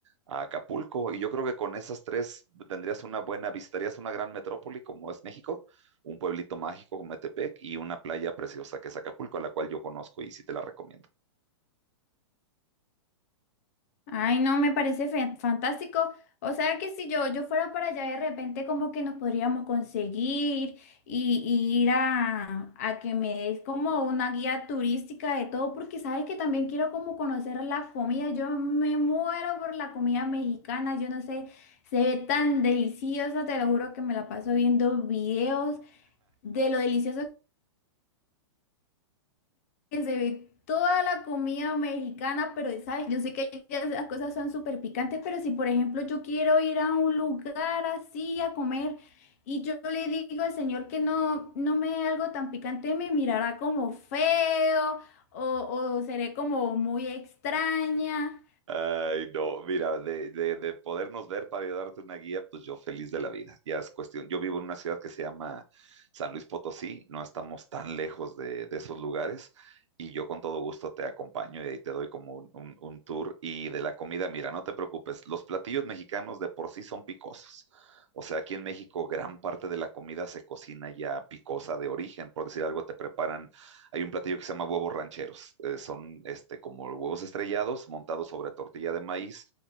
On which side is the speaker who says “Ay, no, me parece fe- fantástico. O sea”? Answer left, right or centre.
Left